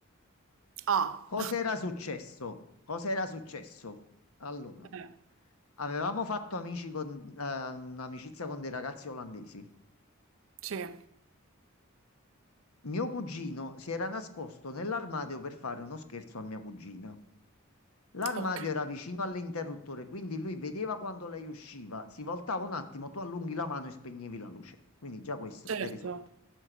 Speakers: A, on the right; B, on the left.
A: Ah,
B: Cos'era successo? Cos'era successo? Allora,
A: eh,
B: avevamo fatto amici con, eh, un'amicizia con dei ragazzi olandesi.
A: sì,
B: Mio cugino si era nascosto nell'armadio per fare uno scherzo a mia cugina. L'armadio
A: ok,
B: era vicino all'interruttore, quindi lui vedeva quando lei usciva, si voltava un attimo, tu allunghi la mano e spegnevi la luce. Quindi già questo
A: certo.
B: è risolto.